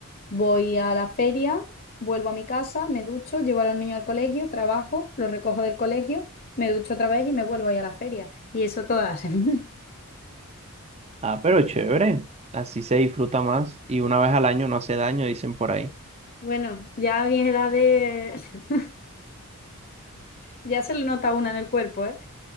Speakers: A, on the left; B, on the right.
A: voy a la feria, vuelvo a mi casa, me ducho, llevo a los niños al colegio, trabajo, los recojo del colegio, me ducho otra vez y me vuelvo ahí a la feria. Y eso toda la semana. <laughs>
B: Ah, pero chévere. Así se disfruta más y una vez al año no hace daño, dicen por ahí.
A: Bueno, ya a mi edad de... <laughs> ya se lo nota una en el cuerpo, ¿eh?